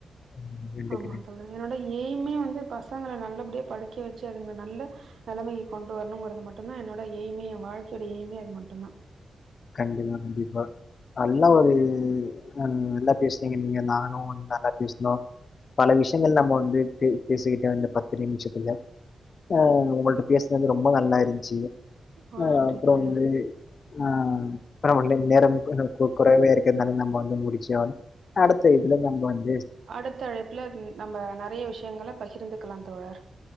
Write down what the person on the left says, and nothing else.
ம், வேண்டிக்கிறேன்
கண்டிப்பா கண்டிப்பா நல்லா ஒரு அ நல்லா பேஸ்றீங்க நீங்க நானு நல்லா பேஸ்னோ பல விஷ்யங்கள் நம்ம வந்து பே பேசிகிட்டோ இந்த பத்து நிம்ஷத்துல ஆஹ் ஒங்கள்ட்ட பேஸ்னது ரொம்ப நல்லா இருந்ச்சுங்க
ஆஹ்
அப்றோ
வந்து ஹ மேடம் இல்லிங் மேடம் நேரம் மேடம் இல்லிங்க மேடம் கொஞ்சோ கொ கொறைவா இருக்கர்னால நம்ம வந்து முடிச்சி அவனோ அடுத்த இதுல நம்ம வந்